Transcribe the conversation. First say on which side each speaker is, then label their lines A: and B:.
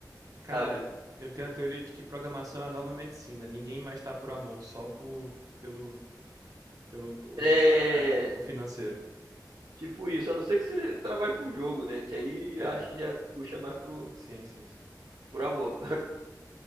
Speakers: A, on the right; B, on the right.
A: Cara,
B: sabe?
A: eu tenho a teoria de que programação é a nova medicina. Ninguém mais tá por amor, só por pelo pelo o,
B: É,
A: o é, o financeiro.
B: tipo isso, a não ser que você trabalhe com jogo, né? Que aí
A: É.
B: eu acho que já puxa mais pro,
A: Sim, sim, sim.
B: pro amor.